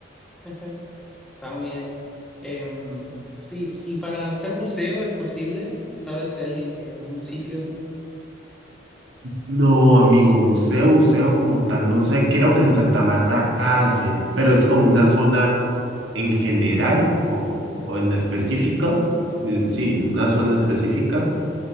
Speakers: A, in the centre; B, on the right.
A: <laughs> Está muy bien. Em, sí, y para hacer buceo es posible, ¿sabes de alguien que un sitio?
B: No, amigo, buceo, buceo como tal, no sé, creo que en Santa Marta hacen, pero es como una zona en general o, o en específica, eh, sí, una zona específica